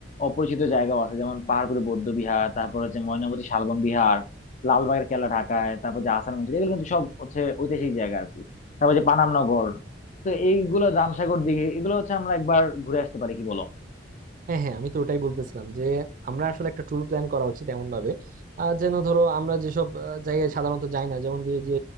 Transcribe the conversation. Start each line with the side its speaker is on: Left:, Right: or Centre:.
Left: অপরিচিত জায়গাও আছে যেমন পাহাড়পুরে বৌদ্ধ বিহার তারপর হচ্ছে ময়নামতি শালবন বিহার লালবাগের কেল্লা ঢাকায় তারপর যে আহসান মঞ্জিল এগুলো কিন্তু সব হচ্ছে ঐতিহাসিক জায়গা আর কি তারপর যে পানাম নগর তো এইগুলো রামসাগর দিঘি এগুলো হচ্ছে আমরা একবার ঘুরে আসতে পারি কি বলো
Right: হ্যাঁ হ্যাঁ আমি তো ওটাই বলতেছিলাম যে আমরা আসলে একটা ট্যুর প্ল্যান করা উচিত এমন ভাবে আহ, যেন ধরো আমরা যেসব আহ, জায়গায় সাধারণত যাই না যেমন যে যে